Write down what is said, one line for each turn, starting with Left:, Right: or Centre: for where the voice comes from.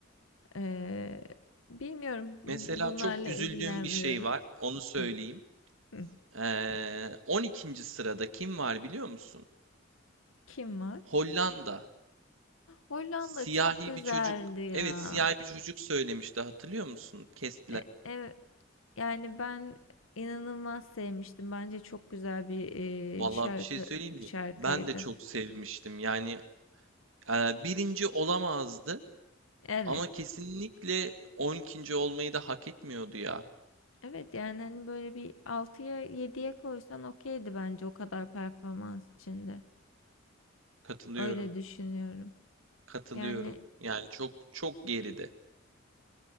Left: Eee, bilmiyorum. Bu
Right: Mesela
Left: bunlarla
Right: çok üzüldüğüm
Left: ilgilenmiyorum.
Right: bir şey var. Onu söyleyeyim.
Left: Hıh. Hıh.
Right: Ee, 12. sırada kim var biliyor musun?
Left: Kim var?
Right: Hollanda.
Left: Hollanda
Right: Siyahi
Left: çok güzeldi
Right: bir çocuk,
Left: ya.
Right: evet siyahi bir çocuk söylemişti hatırlıyor musun? Kes
Left: E ev Yani ben inanılmaz sevmiştim. Bence çok güzel bir
Right: Vallahi
Left: e, şarkı
Right: bir şey söyleyeyim mi?
Left: şarkıydı.
Right: Ben de çok sevmiştim. Yani e, birinci olamazdı
Left: Evet.
Right: ama kesinlikle on ikinci olmayı da hak etmiyordu ya.
Left: Evet yani hani böyle bir altıya yediye koysan okeydi bence o kadar performans içinde.
Right: Katılıyorum.
Left: Öyle düşünüyorum.
Right: Katılıyorum.
Left: Yani
Right: Yani çok çok geride.